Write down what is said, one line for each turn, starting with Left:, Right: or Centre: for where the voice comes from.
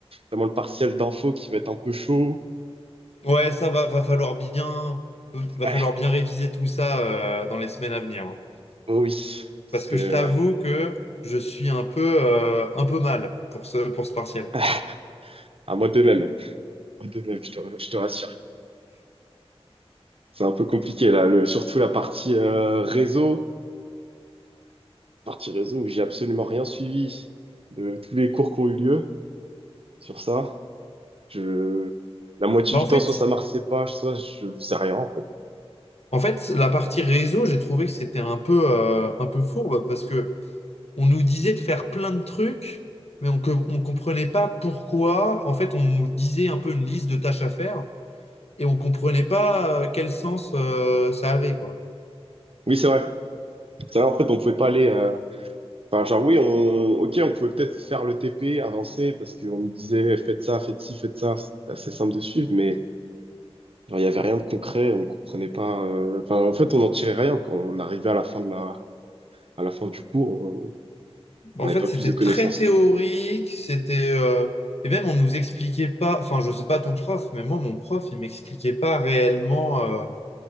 Right: notamment le partiel d'info qui va être un peu chaud.
Left: ouais, ça va, va falloir bien, va
Right: Ouais,
Left: falloir bien réviser tout ça euh, dans les semaines à venir, hein.
Right: oh oui, parce
Left: Parce
Right: que
Left: que je t'avoue
Right: ouais,
Left: que je suis un peu, euh, un peu mal pour ce, pour ce partiel.
Right: <laughs> à moi de même, à moi de même, je te, je te rassure. C'est un peu compliqué là, le, surtout la partie euh, réseau, partie réseau où j'ai absolument rien suivi de tous les cours qui ont eu lieu sur ça. Je, la moitié
Left: Bah
Right: du
Left: en fait,
Right: temps, soit ça marchait pas, soit je faisais rien en fait.
Left: En fait, la partie réseau, j'ai trouvé que c'était un peu, euh, un peu fourbe parce que on nous disait de faire plein de trucs, mais on ne comprenait pas pourquoi. En fait, on nous disait un peu une liste de tâches à faire et on ne comprenait pas euh, quel sens euh, ça avait, quoi.
Right: Oui, c'est vrai. Ça, en fait, on pouvait pas aller. euh, Enfin, genre, oui, on... ok, on pouvait peut-être faire le TP, avancer, parce qu'on nous disait faites ça, faites ci, faites ça. C'était assez simple de suivre, mais genre, il y avait rien de concret, on comprenait pas. euh, Enfin, en fait, on n'en tirait rien quand on arrivait à la fin de la... à la fin du cours,
Left: En
Right: on n'avait
Left: fait,
Right: pas
Left: c'était
Right: plus de connaissances,
Left: très théorique,
Right: quoi.
Left: c'était euh, et même on nous expliquait pas. Enfin, je sais pas ton prof, mais moi, mon prof, il m'expliquait pas réellement euh,